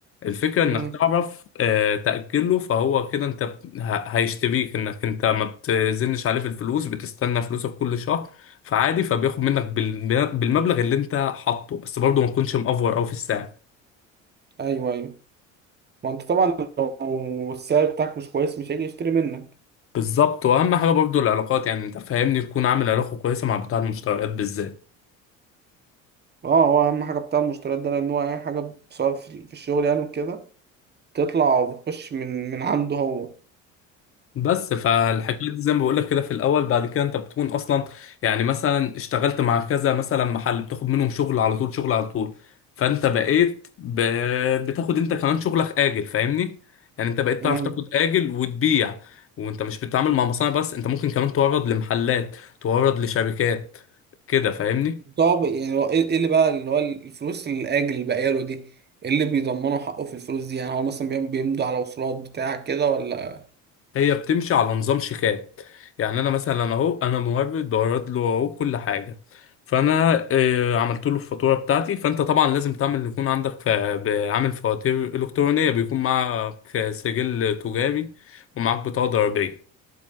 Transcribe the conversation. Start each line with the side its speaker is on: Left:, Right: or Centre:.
Left: الفكرة انك
Right: امم
Left: تعرف آه، تأجله فهو كده انت بت- ه- هيشتريك انك انت ما بتزنش عليه في الفلوس بتستنى فلوسك كل شهر فعادي فبياخد منك بال- بالمبلغ اللي انت حاطه بس برضه ما تكونش مأفور قوي في السعر
Right: ايوه ايوه ما انت طبعا لو السعر بتاعك مش كويس مش هيجي يشتري منك
Left: بالظبط واهم حاجه برضو العلاقات يعني انت فاهمني تكون عامل علاقه كويسه مع بتاع المشتريات بالذات
Right: اه هو اهم حاجة بتاع المشتريات ده لان هو اي حاجة سواء في في الشغل يعني وكده تطلع وبتخش من من عنده هو
Left: بس فالحكايه دي زي ما بقول لك كده في الاول بعد كده انت بتكون اصلا يعني مثلا اشتغلت مع كذا مثلا محل بتاخد منهم شغل على طول شغل على طول فانت بقيت ب... بتاخد انت كمان شغلك اجل فاهمني يعني انت بقيت
Right: امم
Left: تعرف تاخد اجل وتبيع وانت مش بتتعامل مع مصانع بس انت ممكن كمان تورد لمحلات تورد لشركات كده فاهمني
Right: طب يعني هو ايه إيه اللي بقى اللي هو الفلوس الاجل اللي باقيه له دي إيه اللي بيضمنوا حقه في الفلوس دي يعني هو مثلا بيم- بيمضوا على وصولات بتاع كده ولا
Left: هي بتمشي على نظام شيكات يعني انا مثلا اهو انا مورد بورد له اهو كل حاجه فانا آه، عملت له الفاتوره بتاعتي فانت طبعا لازم تعمل يكون عندك ف- ب- عامل فواتير الكترونيه بيكون معك سجل تجاري ومعاك بطاقه ضريبيه